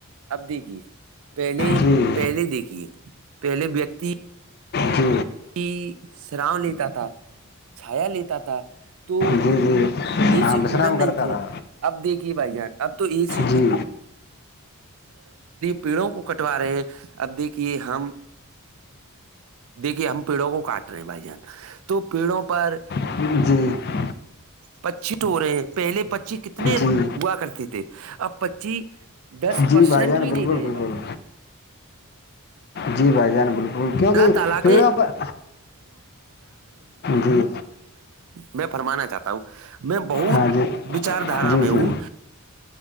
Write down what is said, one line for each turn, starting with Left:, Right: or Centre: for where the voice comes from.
Right: اب دیکھیے پہلے
Left: جی
Right: پہلے دیکھیے پہلے ویکتی
Left: جی
Right: کہ سراام لیتا تھا چھایا لیتا تھا تو
Left: جی جی
Right: اے
Left: ہاں
Right: سی
Left: وشرام
Right: کولر
Left: کرتا
Right: نہیں تھے
Left: تھا
Right: اب دیکھیے بھائی جان اب تو اے سی
Left: جی
Right: کولر پیڑوں کو کٹوا رہے ہیں اب دیکھیے ہم دیکھیے ہم پیڑوں کو کاٹ رہے ہیں بھائی جان تو پیڑوں پر
Left: <unintelligible>
Right: پچی ٹو رہے ہیں پہلے پچی کتنے ہوا
Left: جی
Right: کرتے تھے اب پچی دس
Left: جی
Right: پرسینٹ
Left: بھائی جان
Right: بھی
Left: بالکل
Right: نہیں رہے
Left: بالکل
Right: ہیں بھائی جان
Left: جی بھائی جان بالکل کیونکہ
Right: <unintelligible>
Left: پیڑوں پر جی
Right: میں فرمانا چاہتا ہوں میں بہت
Left: ہاں جی
Right: وچار دارا
Left: جی
Right: میں ہوں
Left: جی